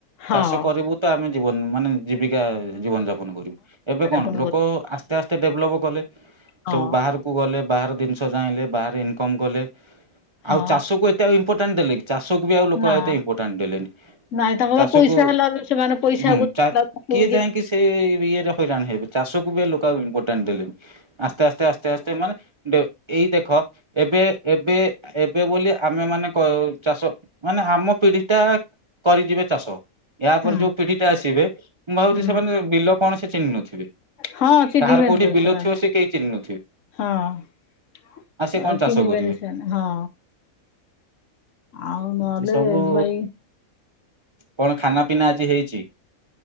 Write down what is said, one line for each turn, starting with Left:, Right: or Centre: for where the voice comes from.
Left: ହଁ ହଁ
Right: ଚାଷ କରିବୁ ତ ଆମେ ଜୀବନ ମାନେ ଜୀବିକା ଜୀବନ ଜାପନ କରିବୁ ଏବେ କଣ
Left: ଆପଣ
Right: ଲୋକ
Left: କର
Right: ଆ ଆସ୍ତେ ଆସ୍ତେ ଡେଭଲପ୍ କଲେ
Left: ହଁ
Right: ସବୁ ବାହାରକୁ ଗଲେ ବାହାର ଜିନିଷ ଜାହିଁଲେ ବାହାରେ ଇନକମ୍ କଲେ।
Left: ହଁ
Right: ଆଉ ଚାଷକକୁ ଏତେ ଆଉ ଇମ୍ପୋର୍ଟାଣ୍ଟ ଦେଲେ କି ଚାଷକୁ ବି ଆଉ ଲୋକ
Left: ନା
Right: ଏତେ ଇମ୍ପୋର୍ଟାଣ୍ଟ ଦେଲେନି।
Left: ନାଇଁ ତାଙ୍କ
Right: ଚାଷକୁ
Left: ବା ପଇସା ହେଲା ସେମାନେ ପଇସାକୁ
Right: ହୁଁ
Left: ହଁ ହୁଁ
Right: କିଏ ଯାଇକି ସେ ଇଏରେ ହଇରାଣ ହେବେ ଚାଷ ଚାଷକୁ ବି ଲୋକ ଆଉ ଇମ୍ପୋଟାଣ୍ଟ୍ ଦେଲେଣି ଆସ୍ତେ ଆସ୍ତେ ଆସ୍ତେ ମାନେ ଏଇ ଦେଖ ଏବେ ଏବେ ଏବେ ବୋଲି ଆମେ ମାନେ ଚାଷ ମାନେ ଆମ ପିଢି ଟା କରିଯିବେ ଚାଷ ୟ ପରେ
Left: ହୁଁ
Right: ଯୋଉ ପିଢିଟା ଆସିବେ ମୁଁ ଭାବୁଛି,
Left: ହୁଁ
Right: ସେମାନେ ବିଲ କଣ ସେ ଚିହ୍ନ ନଥିବେ।
Left: ହଁ ଚିହ୍ନିବେନି
Right: କାହାର କୋଉଠି
Left: ତ
Right: ବିଲ
Left: ସେମାନେ
Right: ଥିବ, ସେ କେହି ଚିହ୍ନୁ
Left: ହଁ
Right: ଆଉ ସେ କଣ ଚାଷ
Left: ଚିହ୍ନିବେନି
Right: କରିବେ।
Left: ସେମାନେ ହଁ ଆଉ ନହେଲେ
Right: ଏମତି ସବୁ
Left: ଭାଇ
Right: କଣ ଖାନା ପିନା ଆଜି ହେଇଛି।